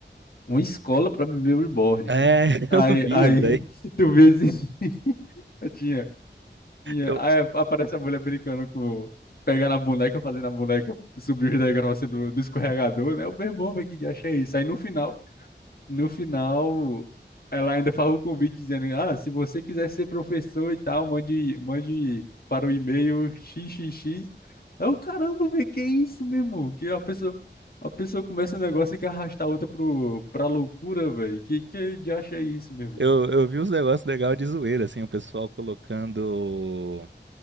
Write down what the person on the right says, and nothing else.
É,
<laughs>
eu vi
isso daí.
Eu,
eu, eu vi uns negócios legais de zoeira, assim, o pessoal colocando